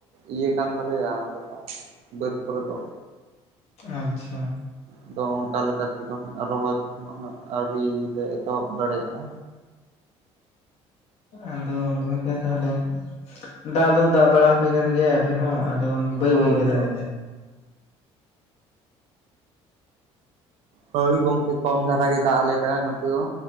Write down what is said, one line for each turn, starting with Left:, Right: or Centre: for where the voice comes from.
Right: ᱤᱭᱟᱹ ᱠᱟᱱ ᱛᱟᱞᱮᱭᱟ ᱟᱞᱮ ᱫᱚ᱾ ᱵᱟ. ᱫ ᱠᱚᱨᱮ ᱫᱚ
Left: ᱟᱪᱪᱷᱟ
Right: ᱟᱫᱚ ᱚᱱᱠᱟ ᱞᱮᱠᱟ ᱛᱮᱫᱚ ᱦᱟᱸᱜ, ᱨᱚᱦᱚᱭ ᱠᱚᱦᱚᱸ ᱟᱹᱣᱨᱤ ᱞᱮ ᱮᱛᱚᱦᱚᱵ ᱫᱟᱲᱮᱭᱟᱜᱼᱟ᱾
Left: ᱟᱫᱚ ᱜᱚᱝᱠᱮ, ᱛᱟᱦᱞᱮ ᱫᱟᱜ ᱫᱚ ᱫᱟᱜ ᱵᱟᱲᱟ ᱟᱯᱮ ᱠᱟᱱ ᱜᱮᱭᱟ? ᱦᱚᱸ ᱟᱫᱚ ᱵᱟᱹᱭ
Right: ᱦᱳᱭ
Left: ᱵᱟᱹᱭ ᱜᱮ ᱫᱟᱜ
Right: ᱦᱳᱭ
Left: ᱮᱫᱟᱭ᱾
Right: ᱦᱳᱭ ᱜᱚᱝᱠᱮ ᱠᱚᱢ ᱫᱷᱟᱨᱟ ᱜᱮ ᱫᱟᱜ ᱟᱞᱮ ᱠᱟᱱᱟ ᱱᱚᱛᱮ ᱛᱚ